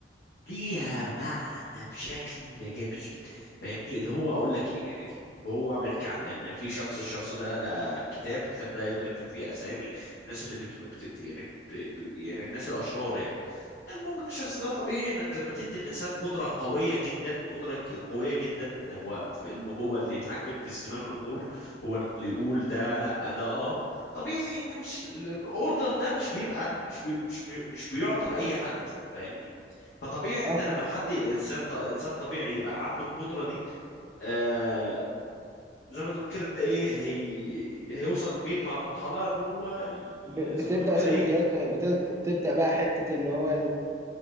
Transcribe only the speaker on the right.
اه
اه
فاهم
ب-
بتبدأ
سلوكيات
بت- بتبدأ بقى حتة اللي هو